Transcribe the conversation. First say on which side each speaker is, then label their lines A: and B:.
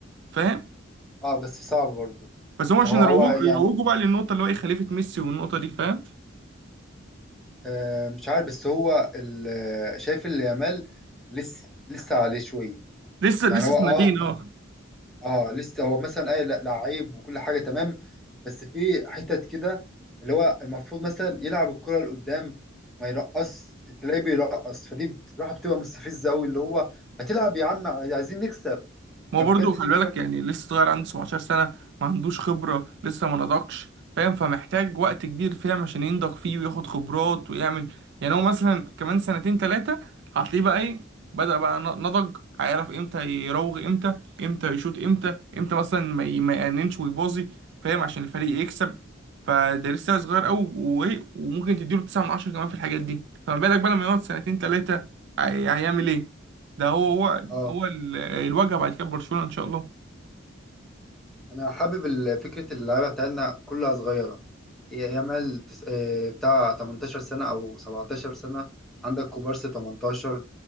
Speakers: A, on the right; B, in the centre.
A: فاهم
B: أه بس صعب برضو
A: بس هم عشان
B: هو
A: يروجوا
B: هو يعني
A: يروجوا بقى للنقطة اللي هو ايه خليفة ميسي والنقطة دي فاهم
B: آه، مش عارف بس هو ال- آه، شايف اللي يامال لسه لسه عليه شويه
A: لسه لسه
B: يعني هو
A: سنتين
B: اه
A: اه
B: اه لسه هو مثلا اي لا- لعيب وكل حاجه تمام بس في حتت كده اللي هو المفروض مثلا يلعب الكره لقدام ما يرقص تلاقيه بيرقص فدي بصراحه بتبقى مستفزه قوي اللي هو ما تلعب يا عم عايزين نكسب
A: ما
B: فبجد
A: هو برضه خلي
B: دي بتبقى
A: بالك يعني لسه صغير عنده 17 سنة ما عندوش خبرة لسه ما نضجش فاهم فمحتاج وقت كبير فاهم عشان ينضج فيه وياخد خبرات ويعمل يعني هو مثلا كمان سنتين تلاتة هتلاقيه بقى ايه بدأ بقى ن- نضج هيعرف امتى يراوغ امتى امتى يشوط امتى امتى مثلا ما ي- ما يأننش ويباظي فاهم عشان الفريق يكسب فده لسه صغير قوي وايه وممكن تديله 9 من 10 كمان في الحاجات دي فما بالك بقى لما يقعد سنتين تلاتة هي- هيعمل ايه ده هو هو
B: اه
A: هو ال- الواجهه بعد كده برشلونه ان شاء الله
B: انا حابب ال- فكره اللعيبه بتاعتنا كلها صغيره يا- يامال تس- آه، بتاع 18 سنه او 17 سنه عندك كوبارسي 18